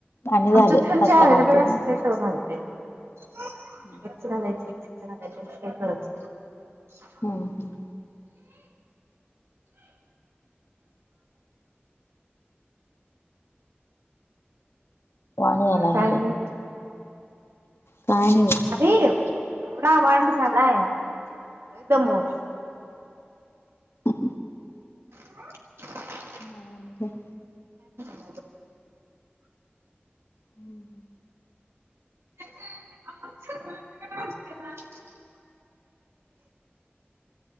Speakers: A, on the left (about 75°); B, on the right (about 85°).
A: आणि झालं
B: आमच्यात पण
A: पास्ता
B: जे अव्हेलेबल
A: घालतोय
B: असत ते घालते. <unintelligible>
A: हम्म हम वाणी झालाय
B: काय
A: अरे
B: नाही
A: काय नाही
B: अरे एवढा वांड झालाय एकदम मोठ
A: ह
B: <inaudible>
A: मक
B: ह
A: हम्म
B: हहहहहहह ह